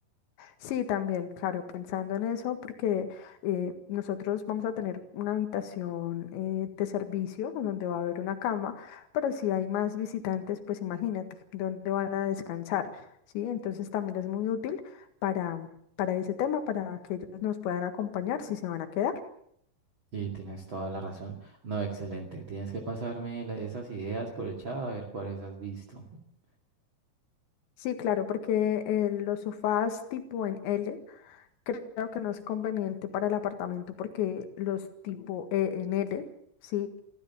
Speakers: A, on the left (about 85°); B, on the right (about 35°).
A: Sí, también, claro, pensando en eso, porque eh, nosotros vamos a tener una habitación eh, de servicio donde va a haber una cama, pero si hay más visitantes, pues imagínate dónde van a descansar, ¿sí? Entonces también es muy útil para, para ese tema, para que ellos nos puedan acompañar si se van a quedar.
B: Y tienes toda la razón. No, excelente. Tienes que pasarme la- esas ideas por el chat a ver cuáles has visto. <laughs>
A: Sí, claro, porque eh, los sofás tipo en L creo que no es conveniente para el apartamento porque los tipo E en L, ¿sí?